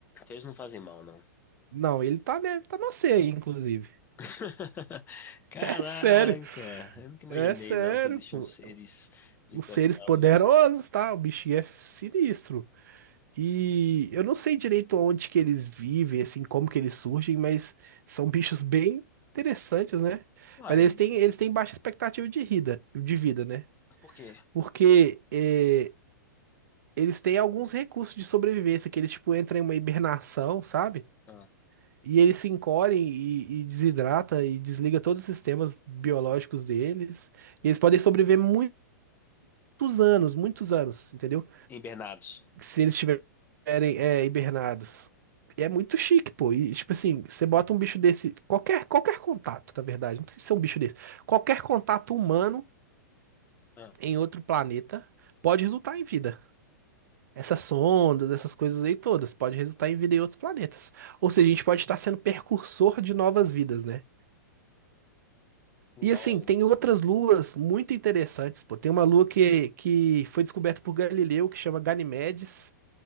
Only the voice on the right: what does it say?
Não, ele tá, né, tá na ceia, aí, inclusive. <laughs>
É sério.
É sério,
pô.
Os seres poderosos, tá? O bichinho é sinistro. E eu não sei direito onde que eles vivem, assim, como que eles surgem, mas são bichos bem interessantes, né?
Mas eles têm, eles têm baixa expectativa de vida, de vida, né?
Porque é, eles têm alguns recursos de sobrevivência, que eles, tipo, entram em uma hibernação, sabe?
E eles se encolhem e, e desidrata e desliga todos os sistemas biológicos deles. E eles podem sobreviver muitos anos, muitos anos, entendeu?
se eles estiverem é, hibernados. E é muito chique, pô. E, tipo assim, você bota um bicho desse, qualquer, qualquer contato, na verdade, não precisa ser um bicho desse. Qualquer contato humano
em outro planeta pode resultar em vida. Essas sondas, essas coisas aí todas, pode resultar em vida em outros planetas. Ou seja, a gente pode estar sendo precursor de novas vidas, né?
E assim, tem outras luas muito interessantes, pô. Tem uma lua que, que foi descoberta por Galileu, que chama Ganimedes,